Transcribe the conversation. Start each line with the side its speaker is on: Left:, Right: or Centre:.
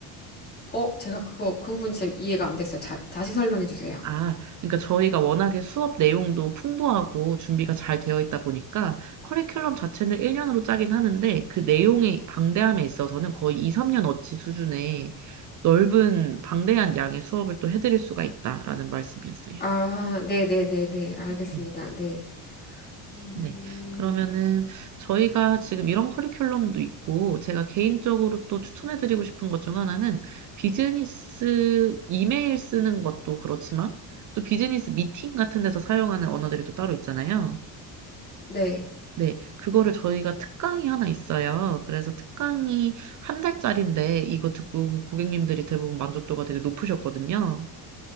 Left: 어, 제가 그거, 그 부분이 참 이해가 안 됐어요. 자, 다시 설명해 주세요.
Right: 아, 그러니까 저희가 워낙에 수업 내용도 풍부하고 준비가 잘 되어 있다 보니까 커리큘럼 자체는 1년으로 짜긴 하는데 그 내용의 방대함에 있어서는 거의 2, 3년어치 수준의 넓은 방대한 양의 수업을 또 해드릴 수가 있다라는 말씀이었어요.
Left: 아, 네네네네. 알겠습니다.
Right: 네.
Left: 네. 음,
Right: 네. 그러면은 저희가 지금 이런 커리큘럼도 있고 제가 개인적으로 또 추천해드리고 싶은 것 중 하나는 비즈니스 이메일 쓰는 것도 그렇지만 또 비즈니스 미팅 같은 데서 사용하는 언어들이 또 따로 있잖아요.
Left: 네.
Right: 네. 그거를 저희가 특강이 하나 있어요. 그래서 특강이 한 달짜린데 이거 듣고 그 고객님들이 대부분 만족도가 되게 높으셨거든요.